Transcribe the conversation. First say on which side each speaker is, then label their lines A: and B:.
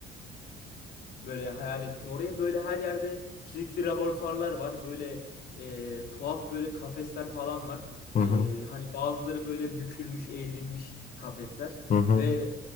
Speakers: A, on the left; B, on the left.
A: Böyle hayal ettim orayı. Böyle her yerde kilitli laboratuvarlar var. Böyle e, tuhaf böyle kafesler falan var.
B: Hı hı,
A: E, hani bazıları böyle bükülmüş, eğrilmiş kafesler.
B: hı hı,
A: Ve